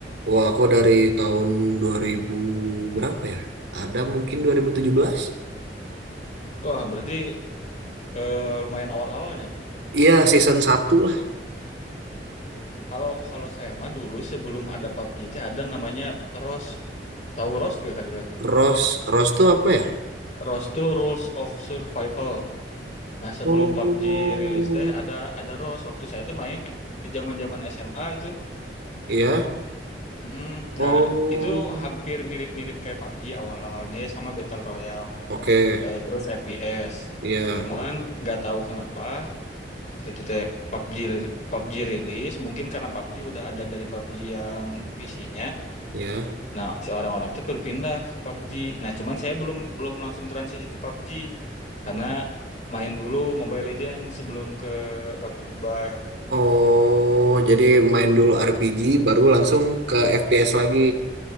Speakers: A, on the right (about 75°); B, on the left (about 45°).
A: wah aku dari tahun 2000 berapa ya? Ada mungkin dua ribu tujuh belas
B: Wah, berarti eh, lumayan awal-awalnya.
A: Iya, season satu lah.
B: Kalau kalau saya mah dulu sebelum ada PUBG teh ada namanya ROS. Tahu ROS gak Kadilan?
A: Rose, Rose tuh apa ya?
B: ROS tuh Rules of Survival. Nah, sebelum
A: Oh.
B: PUBG rilis teh ada ada ROS. Waktu saya tuh main di zaman-zaman SMA itu.
A: Iya.
B: Mm-mm.
A: Oh.
B: Nah, itu hampir mirip-mirip kayak PUBG awal-awalnya ya sama Battle Royale,
A: Oke,
B: eh, terus FPS.
A: Iya,
B: Cuman nggak tahu kenapa waktu itu teh PUBG PUBG rilis, mungkin karena PUBG udah ada dari PUBG yang PC-nya
A: iya.
B: Nah, si orang-orang itu berpindah ke PUBG. Nah, cuman saya belum belum langsung transisi ke PUBG karena main dulu Mobile Legends sebelum ke PUBG Mobile.
A: Oh, jadi main dulu RPG, baru langsung ke FPS lagi.